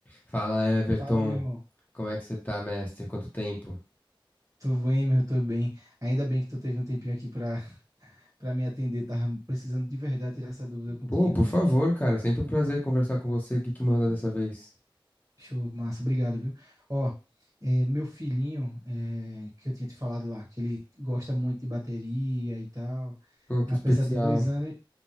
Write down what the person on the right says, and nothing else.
Fala, meu irmão.
Tô bem, meu, tô bem. Ainda bem que tu teve um tempinho aqui pra, pra me atender. Tava precisando de verdade tirar essa dúvida contigo,
velho.
Show, massa. Obrigado, viu? Ó, é, meu filhinho, é, que eu tinha te falado lá, que ele gosta muito de bateria e tal.
Apesar
de dois anos,